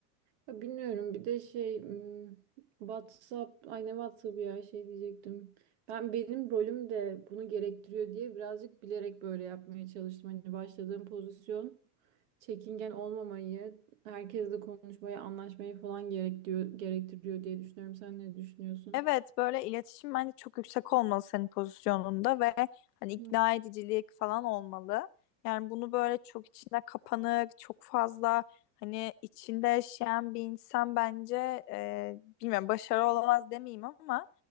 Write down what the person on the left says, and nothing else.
Evet böyle iletişim bence çok yüksek olmalı senin pozisyonunda ve hani ikna
edicilik falan olmalı. Yani bunu böyle çok içine kapanık, çok fazla hani içinde yaşayan bir insan bence e, bilmiyorum başarı olamaz demeyeyim ama